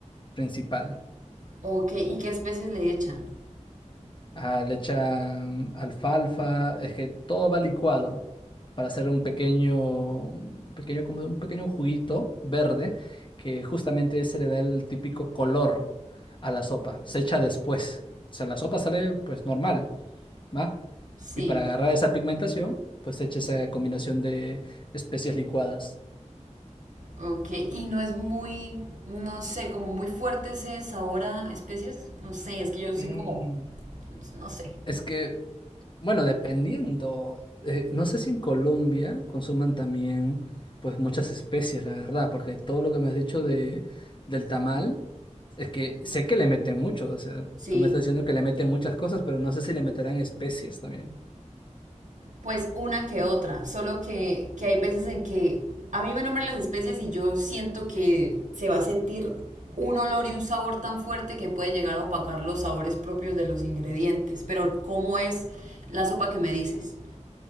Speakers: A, on the left (about 40°); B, on the right (about 80°).
A: principal.
B: Ok, ¿y qué especies le echan?
A: Ah, le echan alfalfa, es que todo va licuado para hacer un pequeño, un pequeño, como un pequeño juguito verde que justamente ese le da el típico color a la sopa. Se echa después. O sea, la sopa sale pues normal, ¿va?
B: Sí,
A: Y para agarrar esa pigmentación, pues se echa esa combinación de especias licuadas.
B: ok. Y no es muy, no sé, como muy fuerte ese sabor a especies. No sé, es que yo soy
A: Mm.
B: como, no sé.
A: Es que, bueno, dependiendo, eh, no sé si en Colombia consuman también, pues muchas especies, la verdad, porque todo lo que me has dicho de, del tamal, es que sé que le meten mucho, o sea,
B: Sí,
A: tú me estás diciendo que le meten muchas cosas, pero no sé si le meterán especies también.
B: pues una que otra. Solo que, que hay veces en que a mí me nombran las especies y yo siento que se va a sentir un olor y un sabor tan fuerte que puede llegar a opacar los sabores propios de los ingredientes. Pero, ¿cómo es la sopa que me dices?